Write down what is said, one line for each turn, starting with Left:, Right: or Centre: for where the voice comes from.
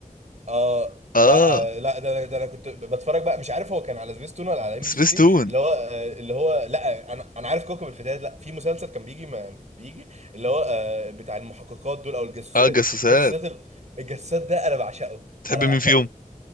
Right: اه
Left: اه
Right: لا آه، لا ده ده ده انا كنت بتفرج بقى مش عارف هو كان على سبيستون ولا على ام
Left: سبيس
Right: بي سي 3
Left: تون
Right: اللي هو آه، اللي هو لا انا انا عارف كوكب الفتيات لا في مسلسل كان بيجي ما بيجي اللي هو آه، بتاع المحققات دول او الجاسوسات
Left: اه الجاسوسات
Right: الجاسوسات ال- الجاسوسات ده انا بعشقه
Left: تحب
Right: انا بعشقه
Left: مين فيهم